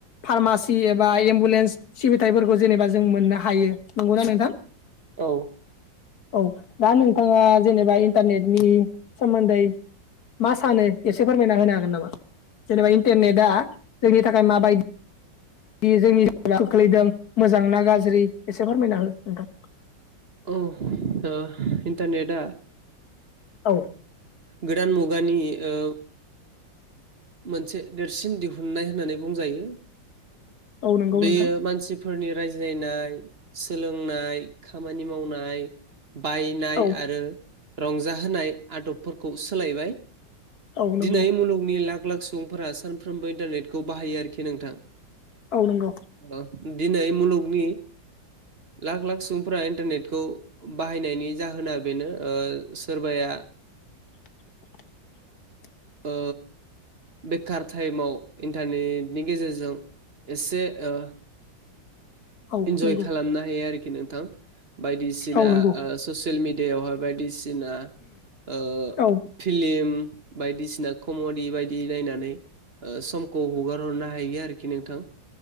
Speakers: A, on the left (about 55°); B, on the right (about 40°).
A: फारमासि एब बा एम्बुलेन्स सिबिथाइफोरखौ जेनेबा जों मोननो हायो। नंगौना नोंथां?
B: औ
A: औ दा नोंथाङा जेनेबा इन्टारनेटनि सोमोन्दै मा सानो एसे फोरमायना होनो हागोन नामा? जेनेबा इन्टेन नेटआ जोंनि थाखाय माबाय दि जोंनि जिउ खोख्लैदों मोजां ना गाज्रि एसे फोरमायना हो नोंथां?
B: औ ओ इन्टारनेटआ
A: औ
B: गोदान मुगानि ओ मोनसे देरसिन दिहुननाय होननानै बुंजायो।
A: औ नंगौ
B: बेयो
A: नोंथां
B: मानसिफोरनि राय ज्लायनाय सोलोंनाय खामानि मावनाय बायनाय
A: औ
B: आरो रंजाहोनाय आदबफोरखौ सोलायबाय।
A: औ नंगौ
B: दिनै मुलुगनि लाख लाख सुबुंफोरा सोनफ्रोमबो इन्टारनेटखौ बाहायो आरोखि नोंथां।
A: औ नोंगौ।
B: ओ दिनै मुलुगनि लाख लाख सुबुंफोरा इन्टारनेटखौ बाहायनायनि जाहोना बेनो। ओ सोरबाया आ
A: <inaudible>
B: ओ बेखार टाइमाव इन्टारनेटनि गेजेरजों एसे ओ
A: औ
B: इनजय
A: नंगौ
B: खालामनो हायो आरोखि नोंथां। बायदिसिना
A: औ नंगौ
B: ओ ससियेल मिडियायावहाय बायदिस सिना ओ
A: औ
B: फिलिम बायदिसिना कमडि बायदि नायनानै। ओ समखौ हगार हरनो हायो आरोखि नोंथां।